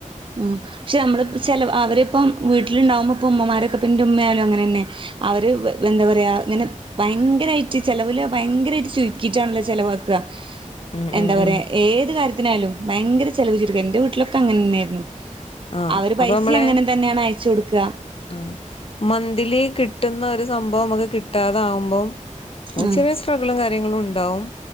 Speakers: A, on the right; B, on the left.
A: ഉം ക്ഷെ നമ്മള്പ്പം ചെല അവരിപ്പം വീട്ട്ല്ണ്ടാവ്മ്പോപ്പം ഉമ്മമാരൊക്കെ ഇപ്പന്റെ ഉമ്മായാലും അങ്ങനെന്നെ അവര് വെ എന്താപറയാ ഇങ്ങനെ ഭയങ്കരായി റ്റ് ചെലവല് ഭയങ്കരായിട്ട് ചുരുക്കീട്ടാണല്ലോ ചെലവാക്കാ
B: ഉം
A: എന്താ
B: ഉം
A: പറയാ
B: ഉം
A: ഏത് കാര്യത്തിനായ്ലും ഭയങ്കര ചെലവ് ചുരുക്ക് ഇന്റെ വീട്ട്ലൊക്കെ അങ്ങനെന്നെയ്ര്ന്നു
B: ആഹ്
A: അവര് പൈസിം
B: അപ്പൊ നമ്മളെ
A: അങ്ങനെതന്നെണ് അയച്ചോട്ക്കാ
B: ആഹ് മന്ത്ലി കിട്ട്ന്ന ഒര് സംഭവം നമ്മക്ക് കിട്ടാതാവുമ്പം നമ്മക്ക്
A: ആഹ്
B: ചെറിയ സ്ട്രഗ്ളും കാര്യങ്ങളും ഉണ്ടാവും